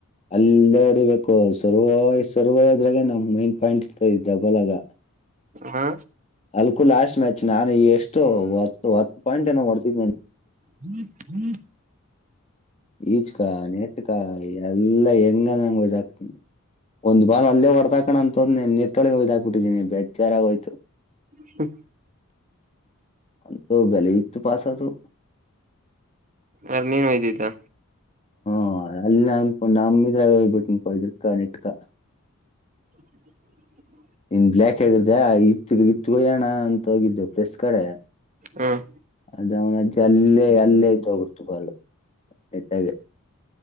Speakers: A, on the left; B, on the right.
A: ಅಲ್ಲೇ ಹೊಡಿಬೇಕು ಸರ್ರುವ ಸರ್ರುವದ್ರಾಗೆ ನಮ್ ಮೈನ್ ಪಾಯಿಂಟ್ ಇಬಲ್ಗ
B: ಹಾ
A: ಅಲ್ಕು ಲಾಸ್ಟ್ ಮ್ಯಾಚ್ ನಾನು ಎಷ್ಟು ಒ ಒತ್ತು ಪಾಯಿಂಟ್ ಏ ಹೊಡ್ತಿದ್
B: ಹ್ಮ್ ಹ್ಮ್
A: ಈಚಕಾ ನೆಟ್ಕ ಎಲ್ಲಾ ಹೆಂಗ ನಂಗ ಒಾಕ್ತನಿ ಒಂದ್ ಬಾಲ್ ಅಲ್ಲೇ ಹೊಡೆದಕಣ ಅಂತಂದ್ ನೆಟ್ಟೊಳಗೆ ಹಯ್ದಾಕ್ಬಿಟ್ಟಿದೀನಿ ಬೇಜಾರಾಗೋಯ್ತು
B: ಹ್ಮ
A: ಅಂತ ಬೆಲೆ ಇತ್ತು ಪಾಸದು
B: ಅರ ನೀನ್ ಒಯ್ದಯತಾ
A: ಹ ಅಲ್ಲಿ ನಮ ನಮಿದ್ರಾಗ ಹಯ್ಬಿಟ್ಟು ನಿಮಪ ಇದ್ರಕ ನೆಟ್ಕ
B: <inaudible>
A: ಇನ್ ಬ್ಲ್ಲಾಕ್ ಆಗಿರ್ದ ಇತ್ ಇತ್ಗೋ ಣ ಅಂತ ಹೋಗಿದ್ದು ಪ್ಲಸ್ ಕಡೆ
B: ಹ್ಮ್
A: ಅದ ಅವನ ಅಜ್ಜಿ ಅಲ್ಲೇ ಅಲ್ಲೇ ಇದ್ದ ಹೋಗಿಡ್ತು ಬಾಲು ನಿಟ್ಟಾಗ